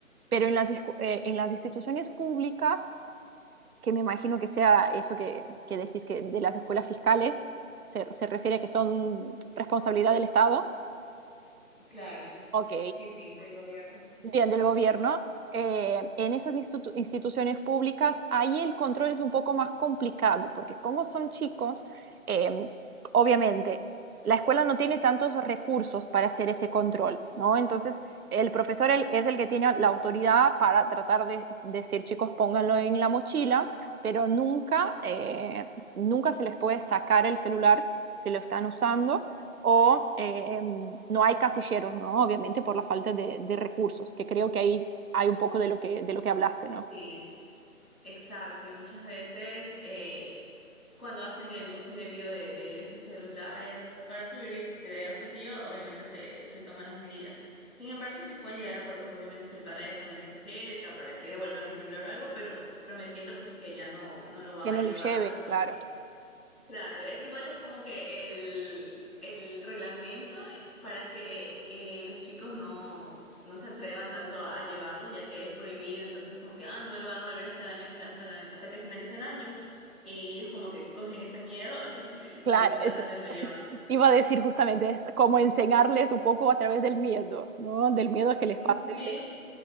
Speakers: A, on the right (about 85°); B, in the centre.
A: Pero en las, discu- eh, en las instituciones públicas, que me imagino que sea eso que, que decís que de las escuelas fiscales, se, se refiere a que son responsabilidad del Estado
B: claro,
A: Ok,
B: sí, sí, del gobierno.
A: bien del gobierno. Eh, en esas institu- instituciones públicas, ahí el control es un poco más complicado, porque como son chicos, eh, obviamente la escuela no tiene tantos recursos para hacer ese control, ¿no? Entonces, el profesor el- es el que tiene la autoridad para tratar de decir, chicos, pónganlo en la mochila, pero nunca, eh, nunca se les puede sacar el celular si lo están usando o eh, em, no hay casilleros, ¿no? Obviamente por la falta de, de recursos, que creo que ahí hay un poco de lo que, de lo que hablaste, ¿no?
B: Sí, Exacto, y muchas veces eh, cuando hacen el uso indebido de, de- de estos celulares para subir videos, qué sé yo, obviamente se, se toman las medidas. Sin embargo, sí pueden llegar a acuerdos, obviamente, si el padre de familia se acerca para que devuelvan el celular o algo, pero prometiendo pues que ya no, no lo van
A: Que
B: a
A: no
B: llevar
A: lo lleve,
B: o algo
A: claro.
B: así. Claro, es igual es como que el, el reglamento para que eh, los chicos no, no se atrevan tanto a, a llevarlo, ya que es prohibido, entonces como que, ah, no me lo van a volver hasta el año, hasta la- hasta que finalice el año. Y ellos como que cogen ese miedo <laughs>
A: Claro,
B: y, y tratan
A: eso
B: de no llevarlo.
A: <laughs> iba a decir justamente, es como enseñarles un poco a través del miedo, ¿no? Del miedo a que les
B: Mm,
A: pase,
B: Sí,